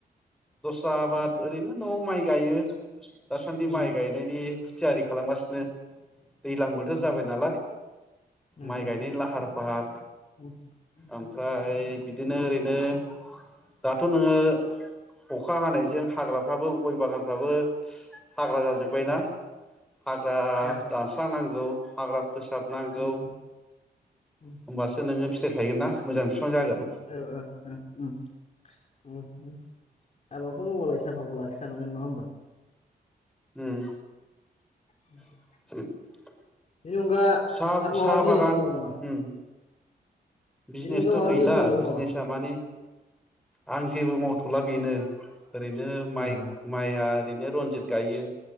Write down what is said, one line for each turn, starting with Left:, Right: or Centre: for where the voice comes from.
Centre: दस्रा आबाद ओरैनो न'आव माइ गायो दासान्दि
Left: उम
Centre: माइ गायनायनि थियारि खालामगासिनो दैज्लां बोथोर
Left: उम
Centre: जाबाय
Left: उम
Centre: नालाय
Left: ओ
Centre: माइ
Left: ओ
Centre: गायनायनि लाहार फाहार
Left: उम आतसा
Centre: ओमफ्राय बिदिनो ओरैनो दाथ' नोङो अखा हानायजों हाग्राफ्राबो गय बागानफ्राबो हाग्रा जाजोब्बायना
Left: ओ
Centre: हाग्रा
Left: ओ ओ
Centre: दानस्रांनांगौ हाग्रा फोसाबनांगौ
Left: उम उम
Centre: होमबासो नोङो फिथाइ थायगोन
Left: उम
Centre: ना मोजां बिफां जागोन
Left: औ औ ओ उम उम उम आबाब खो मावबालाय साफाखौ लाखिखानांगोन नङा होमबा?
Centre: उम
Left: <unintelligible>
Centre: <inaudible>
Left: बेनि अनगा
Centre: साहा
Left: आरो माबा
Centre: साहा
Left: बिजनेस
Centre: बागान
Left: दंबावो नामा
Centre: उम बिजनेसथ'
Left: बेनि अनगा माबा
Centre: गैला
Left: बिजनेस मावबावो
Centre: बिजनेसा
Left: नामा
Centre: माने आं जेबो मावथ'ला बेनो ओरैनो माइ
Left: ओ
Centre: माइआ ओरैनो रनजित गायो